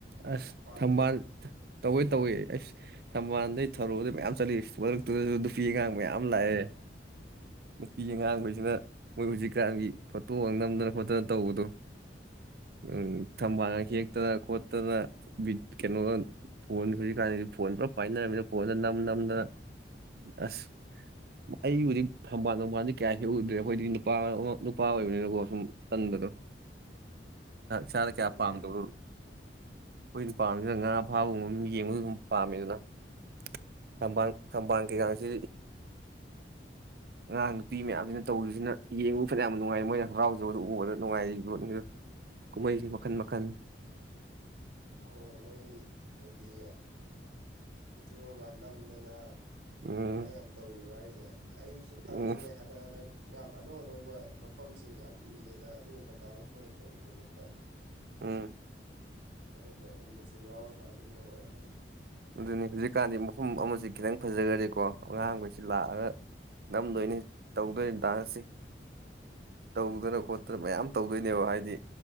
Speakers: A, on the right; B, on the right.
A: ꯑꯁ
B: ꯄꯥꯠꯇꯨ
A: ꯊꯝꯝꯕꯜ ꯇꯧꯋꯦ ꯇꯧꯋꯦ ꯑꯩꯁ ꯊꯝꯕꯥꯜꯗꯩ ꯊꯧꯔꯣꯗꯩ ꯃꯌꯥꯝ ꯆꯠꯂꯤ ꯁꯔꯛꯇꯨꯗꯁꯨ ꯅꯨꯄꯤ ꯑꯉꯥꯡ ꯃꯌꯥꯝ ꯂꯥꯛꯑꯦ ꯅꯨꯄꯤ ꯑꯉꯥꯡꯈꯩꯁꯤꯅ ꯃꯣꯏ ꯍꯧꯖꯤꯛꯀꯥꯟꯒꯤ ꯐꯣꯇꯣꯒ ꯅꯝꯗꯅ ꯈꯣꯠꯇꯅ ꯇꯧꯕꯗꯣ ꯎꯝ ꯊꯝꯕꯜꯒꯥꯡ
B: ꯍꯣꯏ ꯃꯣꯏ
A: ꯍꯦꯛꯇꯅ ꯈꯣꯠ ꯑꯗꯨꯅꯕꯤ ꯀꯩꯅꯣꯗ ꯐꯣꯟ ꯍꯧꯖꯤꯛꯀꯥꯟꯗꯤꯗꯤ ꯐꯣꯟ ꯄꯨꯂꯞ ꯄꯥꯏꯅꯔꯃꯤꯅ ꯐꯣꯟꯗ ꯅꯝ ꯅꯝꯗꯅ ꯑꯁ ꯑꯩꯕꯨꯗꯤ ꯐꯝꯕꯥꯜ ꯊꯝꯕꯥꯜꯗꯤ ꯀꯌꯥ ꯍꯦꯛꯎꯗ꯭ꯔꯦ ꯑꯩꯈꯣꯏꯗꯤ ꯅꯨꯄꯥ ꯅꯨꯄꯥ ꯑꯣꯏꯕꯅꯤꯅꯀꯣ ꯁꯨꯝ ꯇꯟꯕꯗꯣ ꯈꯔꯦ
B: ꯆꯨꯝꯃꯤ
A: ꯀꯌꯥ ꯄꯥꯝꯗꯧ
B: ꯆꯨꯝꯃꯤ
A: ꯑꯩꯈꯣꯏꯅ ꯄꯥꯝꯁꯤꯅ ꯉꯥ ꯐꯥꯕꯒꯨꯝꯕ ꯌꯦꯡꯕꯗꯨ ꯑꯗꯨꯝ ꯄꯥꯝꯃꯦ ꯑꯗꯨꯅꯝꯕꯥꯜ ꯊꯝꯕꯥꯜ ꯀꯩꯀꯥꯁꯤ ꯑꯉꯥꯡ ꯅꯨꯄꯤ ꯃꯌꯥꯝꯁꯤꯅ ꯇꯧꯕꯁꯤꯅ ꯌꯦꯡꯕ ꯐꯅꯌꯥꯝ ꯌꯥꯝ ꯅꯨꯡꯉꯥꯏ ꯃꯣꯏꯅ ꯍꯔꯥꯎꯖꯕꯗ ꯎꯕꯗ ꯅꯨꯡꯉꯥꯏꯔꯤꯕ ꯄꯣꯠꯅꯤ ꯀꯨꯝꯍꯩꯁꯦ ꯃꯈꯜ ꯃꯈꯜ
B: ꯑꯣ ꯃꯣꯏ ꯍꯥꯏꯗꯤ ꯚꯤꯗꯤꯑꯣꯒ ꯅꯝꯗꯅ
A: ꯎꯝ
B: ꯑꯗꯨꯃꯥꯏꯅ ꯌꯥꯝ ꯇꯧꯔꯤꯕ꯭ꯔ ꯍꯥꯏꯁꯦ ꯑꯩꯁꯨ ꯈꯜꯂꯤꯅꯦ
A: ꯎꯝ
B: ꯍꯟꯗꯛ ꯍꯟꯗꯛ ꯌꯥꯝ ꯑꯅꯧ ꯑꯅꯧꯕ ꯃꯐꯝꯁꯦ ꯌꯥꯝ ꯎꯏꯌꯦꯗ ꯑꯗꯨꯒꯨꯝꯕ ꯃꯇꯥꯡꯁꯨꯅ ꯇꯧꯕꯧꯕ ꯈꯣꯠꯄ
A: ꯎꯟ
B: ꯍ ꯍꯣꯏ ꯑꯗꯨꯝ ꯌꯥ ꯗ ꯑꯣꯏ ꯃꯅꯦ
A: ꯑꯗꯨꯅꯤ ꯍꯧꯖꯤꯛꯀꯥꯟꯗꯤ ꯃꯐꯝ ꯑꯃꯁꯤ ꯈꯤꯇꯪ ꯐꯖꯈ꯭ꯔꯦꯀꯣ ꯑꯉꯥꯡꯈꯩꯁꯤ ꯂꯥꯛꯑꯒ ꯅꯝꯗꯣꯏꯅꯤ ꯇꯧꯗꯣꯏꯅꯤ ꯗꯥꯟꯁꯁꯦ ꯇꯧꯗꯅ ꯈꯣꯠꯇꯅ ꯃꯌꯥꯝ ꯇꯧꯗꯣꯏꯅꯦꯕ ꯍꯥꯏꯗꯤ